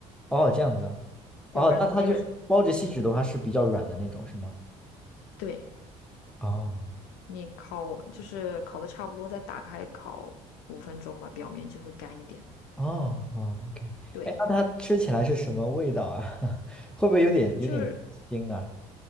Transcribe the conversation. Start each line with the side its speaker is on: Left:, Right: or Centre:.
Centre: 哦，这样子啊，哦，
Left: 要不然因为
Centre: 那它就是包着锡纸的话是比较软的那种，
Left: 嗯。
Centre: 是吗？
Left: 对。
Centre: 哦
Left: 你烤就是烤的差不多，再打开烤五分钟吧，表面就会干一点。
Centre: 哦哦，OK，
Left: 对，
Centre: 哎，那它吃起来是什么味道啊？<laughs> 会不会有点有点腥啊？
Left: 就是